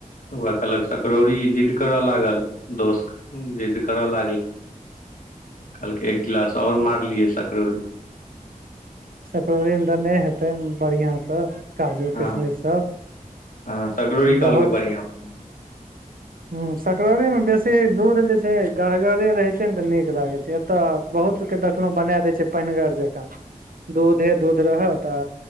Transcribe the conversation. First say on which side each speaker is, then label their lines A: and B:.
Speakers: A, on the left; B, on the right.
A: ओहै कहलक सकड़ौरी जिद्द करऽ लागल दोस्त जिद्द करऽ लागलै
B: <inaudible>
A: कहलकै एक गिलास आओर मारलियै सकड़ौरी
B: सकड़ौरी मे देने हेतै बढ़िया सँ काजू
A: हँ
B: किशमिश सब
A: हँ सकरौरी
B: बहुत
A: <unintelligible>
B: ह सकरौरी मे बेसी दूध जे छै गरगरे रहै छै ने तऽ नीक लागै छै तऽ बहुत सबके देखलहु बनाए दै छै पानिगर जकाँ दूधे दूध रहत आ